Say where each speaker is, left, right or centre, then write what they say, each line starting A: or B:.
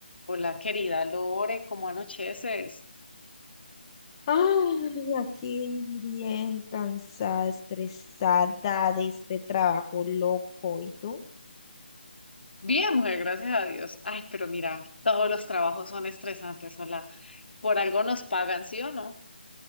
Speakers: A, on the left; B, on the left.
A: Hola, querida Lore, ¿cómo anocheces?
B: Ay, aquí bien cansada, estresada de este trabajo loco. ¿Y tú?
A: Bien, mujer, gracias a Dios. Ay, pero mira, todos los trabajos son estresantes, hola. Por algo nos pagan, ¿sí o no?